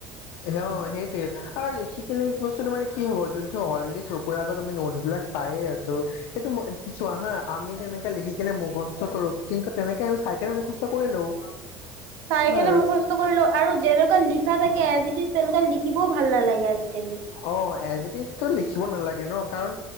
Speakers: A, on the left (about 70°); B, on the right (about 65°).
A: অ সেইটোৱে আৰু লিখি কিনে বস্তুটো মানে কি হ'ব যোনটো অলৰেডি চকুৰ আগত আমি নোটছবিলাক পায়ে আছো, সেইটো চোৱা হা, আমি যেনেকে লিখি কেনে মুখস্থ কৰ, কিন্তু তেনেকে আমি চাই কেনে মুখস্থ কৰি লও
B: চাই
A: বাচ
B: কিনে মুখস্থ কৰি লওঁ আৰু যেনেকুৱা লিখা থাকে এজি-টিজ। তেনেকুৱা লিখিবও ভাল নালাগে আজিকালি।
A: অ এজ ইট ইজটো লিখিব নালাগে ন কাৰণ,